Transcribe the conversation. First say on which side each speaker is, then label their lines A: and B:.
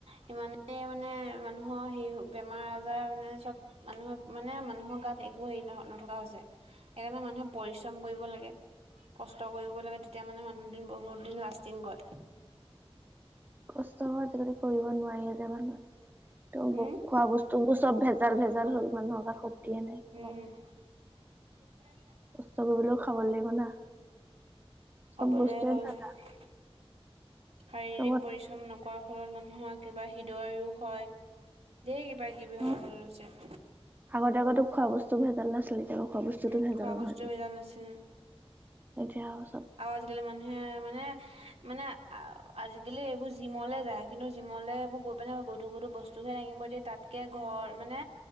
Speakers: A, on the right (about 85°); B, on the right (about 20°).
A: সিমানেই মানে মানুহৰ হেৰি বেমাৰ আজাৰ মানে চব মানুহে মানে মানুহৰ গাত একো হেৰি ন নথকা হৈছে। সেইকাৰণে মানুহে পৰিশ্ৰম কৰিব লাগে। কষ্ট কৰিব লাগে তেতিয়া মানে মানুহদিন বহুত দিন লাষ্টিং কৰে।
B: কষ্ট আজিকালি কৰিব নোৱাৰি যে মানুহে ত
A: হম
B: খোৱা বস্তু তু চব ভেজাল ভেজাল হ'ল মানুহৰ গাত শক্তিয়ে নাই।
A: উম <inaudible>
B: চবে বোলো খাব লাগিব না। চব
A: খাবলৈ
B: বস্তুৱে
A: হল
B: ভেজাল
A: শাৰীৰিক
B: চবত
A: পৰিশ্ৰম প্ৰথম নকৰাৰ ফলত মানুহৰ কিবা হৃদয় ৰোগ হয় ধেৰ কিবা কিবি
B: উম,
A: হবলৈ লৈছে।
B: আগতে আগতো খোৱা বস্তু ভেজাল নাছিলে। এতিয়া আক' খোৱা বস্তুটো
A: উম
B: ভেজাল
A: খোৱা বস্তু
B: হয় যে।
A: ভেজাল নাছিল
B: এতিয়া আৰু চব
A: আৰু আজি-কালি মানুহে মানে মানে আ আজিকালি এইবোৰ জিমলে যায় কিন্তু জিমলে এইবোৰ গৈ পিনাই গধুৰ, গধুৰ বস্ বস্তুহে দাঙিব দিয়ে। তাত্কে ঘৰ মানে